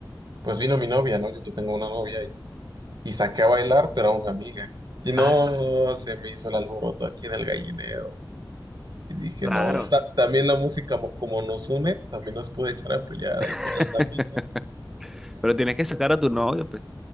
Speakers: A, on the right (about 55°); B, in the centre.
A: Pues vino mi novia, ¿no? Yo, yo tengo una novia Y saqué a bailar, pero a una amiga. Y no
B: Ah, s-
A: se me hizo el alboroto aquí en el gallinero. Y dije,
B: claro.
A: no, ta- también la música mo- como nos une, también nos puede echar a pelear ahí con
B: <laughs>
A: las amigas.
B: Pero tienes que sacar a tu novio, pues.